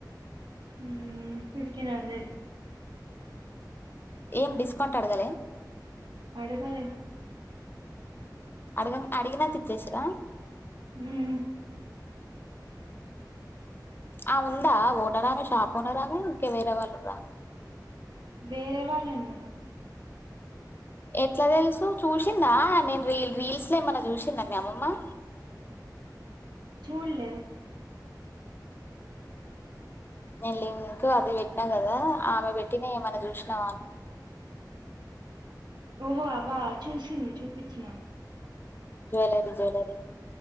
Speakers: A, on the right; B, on the left.
A: ఉమ్ ఫిఫటీన్ హండ్రెడ్
B: ఏం డిస్కౌంట్ అడగలే
A: అడగలే
B: అడగన్ అడిగినంత ఇచ్చేసిరా
A: ఉమ్
B: ఆ ఆముందా ఓనరామె షాప్ ఓనరామే ఇంక వేరే వాళ్ళుర్రా
A: వేరె వాళ్లేన్నా
B: ఎట్లా తెల్సు చూసిందా నేన్ రి రీల్స్ ల ఏమన్నా చూసిందా మీ అమ్మమ్మ
A: చూల్లే
B: నేన్ లింకు అది పెట్టినా కదా ఆమె పెట్టినై ఏమన్నా చూసినావాని
A: ఓహో అవ్వా చూసింది చూపించిన
B: జ్య్వలరి జ్య్వలరి